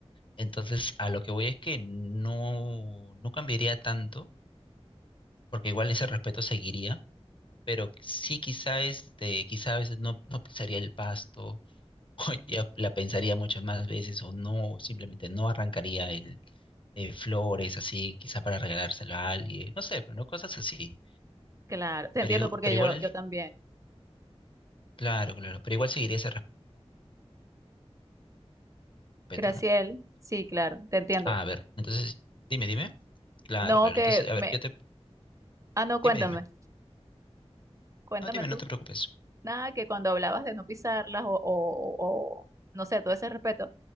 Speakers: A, on the left (about 50°); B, on the right (about 30°).
A: Entonces, a lo que voy es que no, no cambiaría tanto, porque igual ese respeto seguiría, pero sí quizá este, quizá a veces no, no pisaría el pasto, <laughs> ya la pensaría muchas más veces, o no, simplemente no arrancaría el eh, flores así, quizá para regalárselo a alguien, no sé, pero no cosas así.
B: Claro, te
A: Pero,
B: entiendo
A: igu-
B: porque
A: pero
B: yo,
A: igual,
B: yo también.
A: claro, claro, pero igual seguiría ese respeto,
B: Graciel,
A: ¿no?
B: sí, claro, te entiendo.
A: Ah, a ver, entonces, dime, dime. Claro,
B: No
A: claro.
B: que
A: Entonces, a
B: me...
A: ver, yo te,
B: Ah, no, cuéntame.
A: dime, dime.
B: Cuéntame
A: No, dime,
B: tú.
A: no te preocupes.
B: Nada, que cuando hablabas de no pisarlas o, o, o- o, no sé, todo ese respeto,